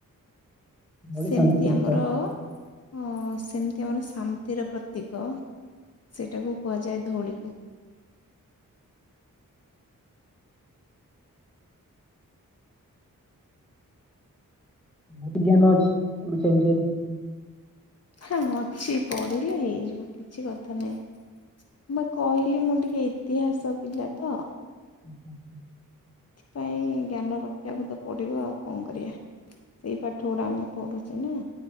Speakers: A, in the centre; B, on the left.
A: ଧଉଳି
B: ସେମିତି
A: ଶାନ୍ତି ତୀର୍ଥ
B: ଆମର ଅଁ ସେମିତି ଆମର ଶାନ୍ତିର ପ୍ରତୀକ। ସେଟାକୁ କୁହାଯାଏ ଧଉଳି।
A: ବୋହୁତ ଜ୍ଞାନ ଅଛି ଓଡିଶା ବିଷୟରେ।
B: ହେଁ ଅଛି ପଢିଲେ ହେଇଯିବ କିଛି କଥା ନାହିଁ। ମୁଁ ପା କହିଲି ମୁଁ ଟିକେ ଇତିହାସ ପିଲା ତ।
A: ଆଚ୍ଛା ଆଚ୍ଛା।
B: ପାଇଁ ଜ୍ଞାନ ରଖିବାକୁ ତ ପଡିବା ଆଉ କଣ କରିବା ସେଇ ପାଠ ଗୁଡା ଆମେ ପଢୁଚେ ନା।